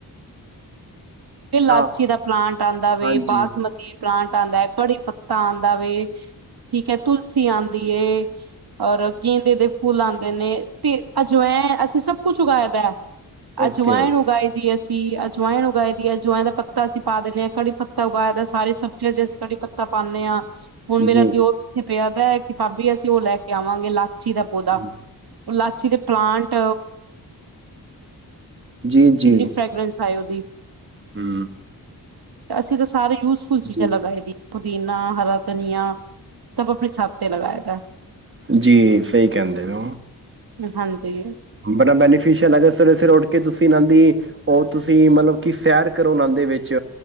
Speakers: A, on the right; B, on the right.
A: ਇਲਾਚੀ
B: ਹਾਂ
A: ਦਾ ਪਲਾਂਟ ਆੰਦਾ ਵੇ,
B: ਹਾਂਜੀ
A: ਬਾਸਮਤੀ ਪਲਾਂਟ ਆਉਂਦਾ ਹੈ, ਕੜੀ ਪੱਤਾ ਆਉਂਦਾ ਵ, ਠੀਕ ਹੈ ਤੁਲਸੀ ਆਉਂਦੀ ਹੈ, ਔਰ ਗੇਂਦੇ ਦੇ ਫੁੱਲ ਆਉਂਦੇ ਨੇ, ਤੇ ਅਜਵੈਂ, ਅਸੀਂ ਸਭ ਕੁਛ ਉਗਾਏ ਦਾ ਹੈ। ਅਜੁਵਾਇਣ
B: ਓਕੇ
A: ਉਗਾਈ ਦੀਈ। ਸੀ ਅਜਵਾਇਨ ਉਗਾਏ ਜੁਆਇਆਂ ਦਾ ਪੱਤਾ ਅਸੀਂ ਪਾ ਦਿੰਨੇ ਹਾਂ, ਕੜੀ ਪੱਤਾ ਉਗਾਾਇਏਦਾ, ਸਾਰੀ ਸਬਜ਼ੀਆਂ ਜੇ ਅਸੀਂ ਕੜੀ ਪੱਤਾ ਪਾਂਦੇ ਹਾਂ। ਹੁਣ ਮੇਰਾ
B: ਜੀ
A: ਦਿਓਰ ਪਿੱਛੇ ਪਿਆਦੈ, ਕਿ ਭਾਬੀ ਅਸੀਂ ਉਹ ਲੈ ਕੇ ਆਵਾਂਗੇ। ਲੱਖ ੱਚੀ ਦਾ ਪਦਾ
B: ਜੀ
A: <inaudible> ਇਲਾਚੀ ਦੇ ਪਲਾਂਟ?
B: ਜੀ ਜੀ
A: ਕਿੰਨੀ ਫਰੈਗਰੈਂਸ ਆਏ ਜੀ
B: ਹੂੰ
A: ਤੇ ਅਸੀਂ ਦੱਸ ਸਾਰੇ ਯੂਜਫੁਲ ਚੀਜ਼ਾਂ
B: ਜੀ
A: ਲਗਾਏ ਦੀ ਪ ਪੁਦੀਨਾ ਹਰਾ ਧਨੀਆ ਸਭ ਆਪਣੀ ਛਾਤ ਤੇ ਲਗਾਏ ਦਾ
B: ਜੀ ਸਹੀ ਕਹਿੰਦੇ ਨੇ
A: ਹਾਂਜੀ।
B: ਬੜਾ ਬੈਨੀਫਿਸ਼ਅਲ ਹੈਗਾ ਸਵੇਰੇ ਸਵੇਰੇ ਉੱਠ ਕੇ ਤੁਸੀਂ ਇਹ ਦੀ ਉਹ ਤੁਸੀਂ ਮਤਲਬ ਕਿ ਸੈਰ ਕਰੋ ਨ ਦੇ ਵਿੱਚ